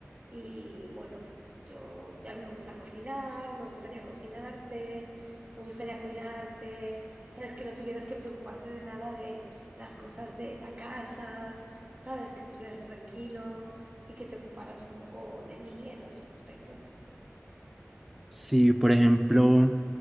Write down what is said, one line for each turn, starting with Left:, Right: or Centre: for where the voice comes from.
Right: Y bueno, pues yo ya no me gusta cocinar, me gustaría cocinarte, me gustaría cuidarte, sabes que no tuvieras que preocuparte de nada de las cosas de la casa, sabes que estuvieras tranquilo y que te ocuparas un poco de mí en otros aspectos.
Centre: Si, por ejemplo,